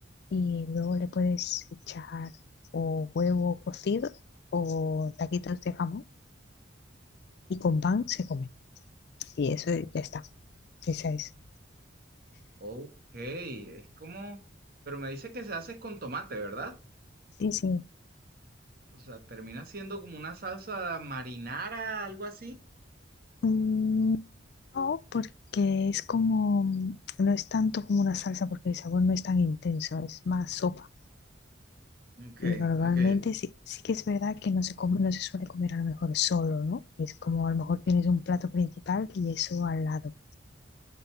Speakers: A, on the left; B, on the right.
A: y luego le puedes echar o huevo cocido o taquitos de jamón y con pan se come. Y eso ya está. Esa es.
B: Ok, es como, pero me dice que se hace con tomate, ¿verdad?
A: Sí, sí.
B: O sea, termina siendo como una salsa marinara, algo así.
A: Mm, No, porque es como, mm, no es tanto como una salsa porque el sabor no es tan intenso, es más sopa.
B: Ok,
A: Y normalmente
B: ok.
A: sí, sí que es verdad que no se come, no se suele comer a lo mejor solo, ¿no? Es como a lo mejor tienes un plato principal y eso al lado.